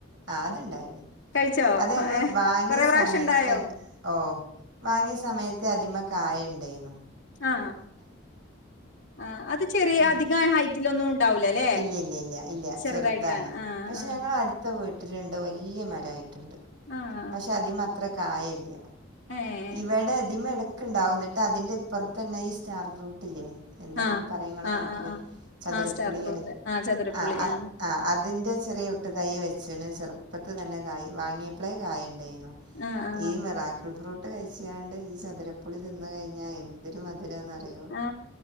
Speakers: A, on the right; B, on the left.
A: ആ അതിണ്ടായിന്ന്
B: കഴിച്ചോ
A: അത് ഞങ്ങള്
B: ഏഹ്
A: വാങ്ങിയ
B: കൊറെ പ്രാവശ്യം
A: സമയത്ത്
B: ഇണ്ടായോ
A: തന്നെ ഓ വാങ്ങിയ സമയത്ത് അത് ത്മ്മെ കായ്ണ്ടേയ്ന്നു
B: ആ ആ അത് ചെറിയ
A: ഉം,
B: അധികം ഹൈറ്റിലൊന്നും ഉണ്ടാവൂല ല്ലേ
A: ഇല്ല ഇല്ല ഇല്ല ഇല്ല
B: ചെറുതായിട്ടാണ്
A: ചെറുതാണ്
B: ആഹ്
A: പക്ഷെ
B: ആഹ്
A: ഞങ്ങ അടുത്ത വീട്ടിലുണ്ട് വല്യ മ ണ്ടായി
B: ആഹ്
A: പക്ഷെ അതി അത്ര കായല്ല
B: ഏഹ്
A: ഇവടെ അതിം എട ക്ക് ഇണ്ടാവും അതിന്റെപ്പറത്ത് തന്നെ ഈ സ്റ്റാർ ഫ്രൂട്ടില്ലേ എന്താ
B: ആഹ്
A: ഇനി പറയങ്ങളെ
B: ആഹ്
A: നാട്ടില്
B: ആഹ് ആഹ്
A: ചതുരപ്പുളിറി
B: ആഹ് സ്റ്റാർ ഫ്രൂട്ട് ആഹ് ചതുരപ്പുളി
A: ആ
B: ആഹ്
A: ആ അതിന്റെ ചെറിയ ഒട്ട് തൈ വെച്ചണ് ചെറുപ്പ ഇപ്പത്ത തന്നെ കായ് വാങ്ങിയപ്പോളേ കായുണ്ടേ
B: ആഹ്
A: ഈ മിറാക്കൽ ഫ്രൂട്ട് കഴിച്ചാണ്ട് ഈ ചതുരപ്പുള്ളി തിന്ന് കഴിഞ്ഞാ എന്തിനും മധുരന്നറിയോ
B: ആഹ്